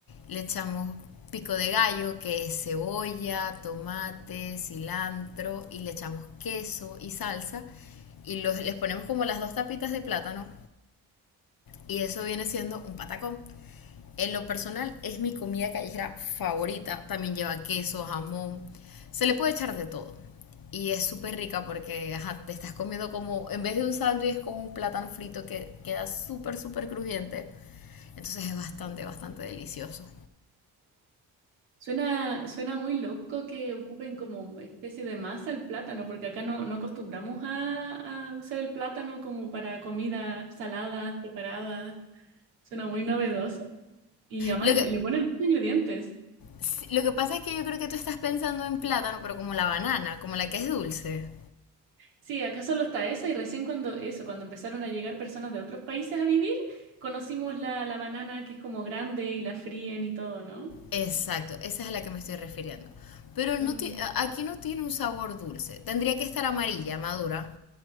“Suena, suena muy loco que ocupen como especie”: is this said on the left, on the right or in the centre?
Right